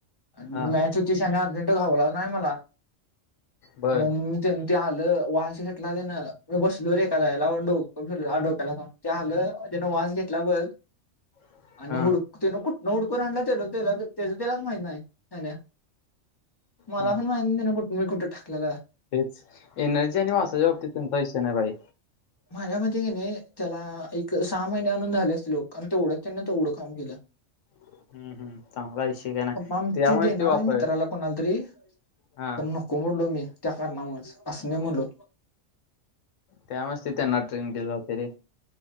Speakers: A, on the left; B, on the left.
A: आणि
B: हा
A: मॅच होति शहान्या अर्जंट घावलाच नाही मला.
B: बर
A: मग <unintelligible> ते ते आलं, वास घेटला तेन, ना म बसलो रे ऐका जाग्याला, डोक फिरल. डोक्याला जा ते आल, त्यान वास घेतला बघ.
B: <inaudible>
A: आणि
B: हा
A: हुड, तन कुठन हुडकून आणलाय त्याल त्याच त्यालाच माहित नाही. <unintelligible> मला
B: हम्म.
A: पण माहिती नाही, त्यान कुठ मी कुठे ठाकलेला.
B: तेच, एनर्जी आणि वासाच्या बाबतीत त्यांचा विषय नाही भाई.
A: माझ्या मते की नाही त्याला एक सहा महिने आणून झाले असते लोक आणि तेवढं त्यांना ते एवढं काम केलं.
B: हम्म हम्म चांगलाच शिक <unintelligible> आहे ना
A: पप्पा आमचे
B: त्यामुळेच
A: देणार
B: ते वापर
A: मित्राला कोणाला तरी
B: हां,
A: पण नको म्हनलो मी, त्या कारणामुळच, अस नाही म्हणलो.
B: त्या मुळच ते त्यांना ट्रेन केल जात रे.